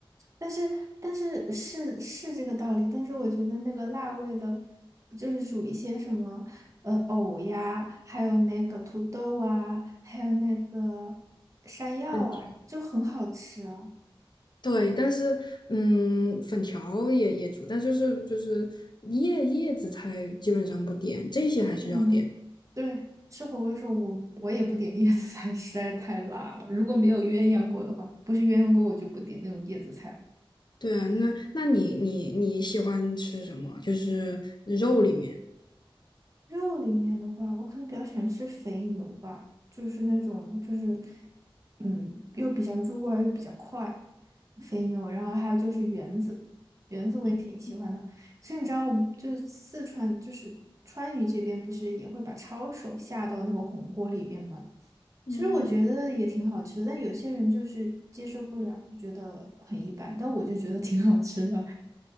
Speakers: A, on the right (about 35°); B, on the left (about 50°).
A: 但是但是是是这个道理，但是我觉得那个辣味的，就是煮一些什么呃藕呀，还有那个土豆啊，还有那个山药啊，
B: 问题。
A: 就很好吃啊。
B: 对，但是嗯，粉条也也煮，但就是就是叶叶子菜基本上不点，这些还是要点。
A: 嗯，对，吃火锅的时候我我也不点叶子菜，实在太辣了。如果没有鸳鸯锅的话，不是鸳鸯锅，我就不点那种叶子菜了。
B: 对啊，那那你你你喜欢吃什么？就是肉里面。
A: 肉里面的话，我可能比较喜欢吃肥牛吧，就是那种就是，嗯，又比较入味儿又比较快，肥牛。然后还有就是圆子，圆子我也挺喜欢的。
B: 嗯。
A: 其实你知道，我们就是四川，就是川渝这边不是也会把抄手下到那个红锅里面吗？
B: 嗯，
A: 其实我觉得也挺好吃的，但有些人就是接受不了，就觉得很一般。但我就觉得挺好吃的，